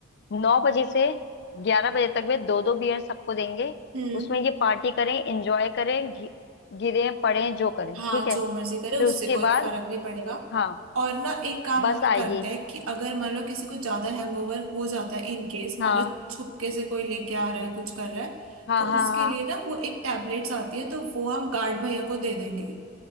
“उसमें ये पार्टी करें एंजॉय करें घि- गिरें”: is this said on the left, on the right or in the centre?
Left